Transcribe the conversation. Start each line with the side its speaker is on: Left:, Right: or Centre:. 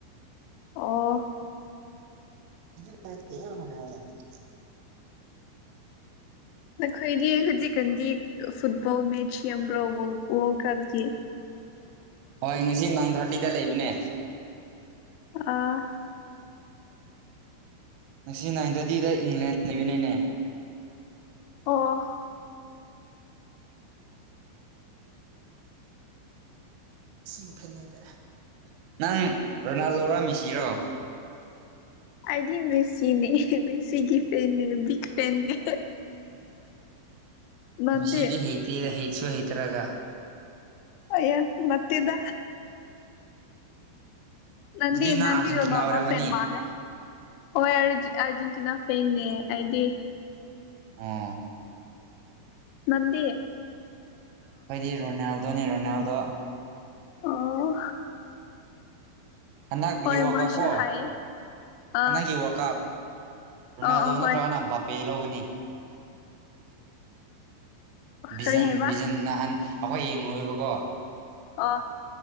Left: ꯑꯣ
Right: <unintelligible>
Left: ꯅꯈꯣꯏꯗꯤ ꯍꯧꯖꯤꯛꯀꯥꯟꯗꯤ ꯐꯨꯠꯕꯣꯜ ꯃꯦꯠꯆ ꯌꯦꯡꯕ꯭ꯔꯣ ꯕꯣꯜ ꯋꯥꯔꯜ ꯀꯞꯀꯤ
Right: ꯍꯣꯏ ꯉꯁꯤ ꯅꯏꯟ ꯊꯥꯔꯇꯤꯗ ꯂꯩꯕꯅꯦ
Left: ꯑ
Right: ꯉꯁꯤ ꯅꯥꯏꯟ ꯊꯥꯔꯇꯤꯗ ꯏꯪꯂꯦꯟ ꯂꯩꯕꯅꯦꯅꯦ
Left: ꯑꯣ
Right: ꯁꯤ ꯐꯅꯦꯕꯥ ꯅꯪ ꯔꯣꯅꯥꯜꯗꯣꯔꯣ ꯃꯦꯁꯤꯔꯣ
Left: ꯑꯩꯗꯤ ꯃꯦꯁꯤꯅꯦ ꯃꯦꯁꯤꯒꯤ ꯐꯦꯟꯅꯦ ꯕꯤꯛ ꯐꯦꯟꯅꯦ ꯅꯪꯗꯤ
Right: ꯃꯦꯁꯤꯗꯤ ꯍꯩꯇꯦ ꯍꯩꯁꯨ ꯍꯩꯇ꯭ꯔꯒ
Left: ꯑꯌꯥ ꯅꯥꯠꯇꯦꯗꯥ ꯅꯟꯤ
Right: ꯑꯗꯨꯗꯤ ꯅꯪ
Left: ꯅꯟꯤ
Right: ꯑꯥꯔꯖꯦꯟꯇꯤꯅꯥ
Left: ꯅꯩꯅꯣꯗꯣ
Right: ꯑꯣꯏꯔꯝꯃꯅꯤ
Left: ꯐꯦꯟ ꯃꯥꯂꯦ ꯑꯣ ꯑꯔ ꯑꯔꯖꯦꯟꯇꯤꯅꯥ ꯐꯦꯟꯅꯦ ꯑꯩꯗꯤ
Right: ꯑꯣ
Left: ꯅꯥꯟꯗꯤ
Right: ꯑꯩꯈꯣꯏꯗꯤ ꯔꯣꯅꯦꯜꯗꯣꯅꯤ ꯔꯣꯅꯦꯜꯗꯣ
Left: ꯑꯣ
Right: ꯍꯟꯗꯛꯒꯤ
Left: ꯍꯣꯏ
Right: ꯋꯥꯔ꯭ꯜꯀꯞ
Left: ꯃꯥꯁꯨ
Right: ꯀꯣ
Left: ꯍꯥꯏꯌꯦ ꯑꯥ
Right: ꯍꯟꯗꯛꯒꯤ ꯋꯥꯔ꯭ꯜꯀꯞ
Left: ꯑꯥ
Right: ꯔꯣꯅꯥꯜꯗꯣ
Left: ꯑꯥ
Right: ꯅꯠꯇ꯭ꯔꯒꯅ
Left: ꯍꯣꯏ
Right: ꯕꯥꯄꯦ ꯂꯧꯒꯅꯤ ꯚꯖꯟ
Left: ꯀꯔꯤ ꯍꯥꯏꯕ
Right: ꯚꯤꯖꯟ ꯅꯍꯥꯟ ꯑꯩꯈꯣꯏ ꯌꯦꯡꯂꯨꯑꯦꯕꯀꯣ
Left: ꯑꯣ